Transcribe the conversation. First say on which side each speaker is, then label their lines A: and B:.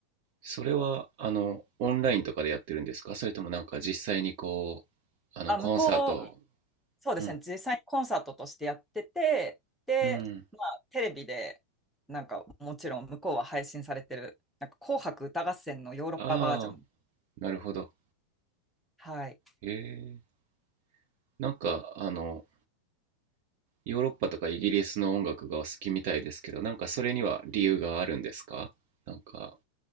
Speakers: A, on the right; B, in the centre.
A: それは、あの、オンラインとかでやってるんですかそれともなんか実際にこう、あの、
B: あ、
A: コンサート。
B: 向こう、そうですね、
A: うん。
B: 実際にコンサートとしてやってて、で、
A: うん。
B: まあテレビでなんかもちろん向こうは配信されてる、なんか紅白歌合戦のヨーロッパバージョン。
A: ああ、なるほど。
B: はい。
A: へえ。なんか、あの、ヨーロッパとかイギリスの音楽がお好きみたいですけど、なんかそれには理由があるんですかなんか、